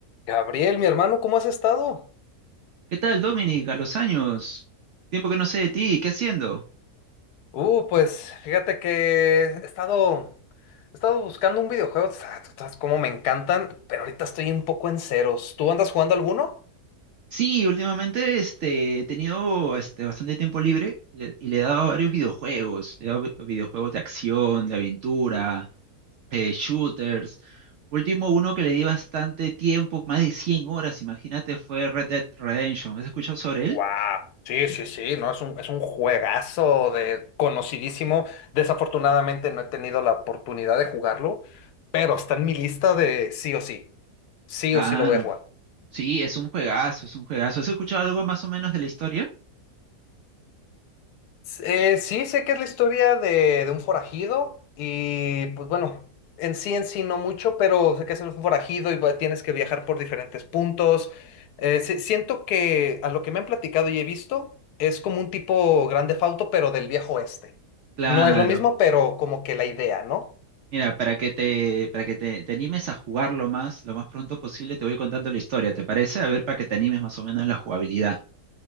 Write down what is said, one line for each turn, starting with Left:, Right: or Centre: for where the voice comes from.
Left: Gabriel, mi hermano, ¿cómo has estado?
Right: ¿Qué tal, Dominic? A los años. Tiempo que no sé de ti, ¿qué haciendo?
Left: Uh, pues fíjate que he estado, he estado buscando un videojuego, sa- tú sabes cómo me encantan, pero ahorita estoy un poco en ceros. ¿Tú andas jugando alguno?
Right: Sí, últimamente este, he tenido este, bastante tiempo libre y le, y le he dado a varios videojuegos. Le he dado vi- videojuegos de acción, de aventura, eh, shooters. Último uno que le di bastante tiempo, más de 100 horas, imagínate, fue Red Dead Redemption. ¿Has escuchado sobre él?
Left: ¡Wow! Sí, sí, sí, no, es un, es un juegazo de conocidísimo. Desafortunadamente no he tenido la oportunidad de jugarlo, pero está en mi lista de sí o sí. Sí
Right: Claro.
Left: o sí lo voy a jugar.
Right: Sí, es un juegazo, es un juegazo. ¿Has escuchado algo más o menos de la historia?
Left: Eh, sí, sé que es la historia de, de un forajido y pues bueno, en sí en sí no mucho, pero sé que es un forajido y va- tienes que viajar por diferentes puntos. Eh, si- siento que a lo que me han platicado y he visto es como un tipo grande fauto pero del viejo oeste.
Right: Claro.
Left: No es lo mismo, pero como que la idea, ¿no?
Right: Mira, para que te, para que te, te animes a jugarlo más, lo más pronto posible, te voy contando la historia, ¿te parece? A ver, para que te animes más o menos en la jugabilidad.